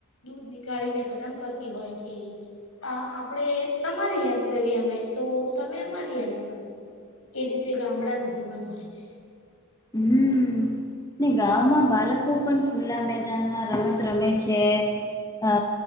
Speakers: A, on the left; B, on the left.
A: દૂધ નીકાળીને ગરમ કરતી હોય છે. અ આપણેે તમારી હેલ્પ કરીએ અમે તો તમે અમારી હેલ્પ કરો. એ રીતે ગામડા ન જીવન હોય છે.
B: હમ્મ ગામમાં બાળકો પણ ખુલ્લા મેદાનમાં રમત રમે છે. અ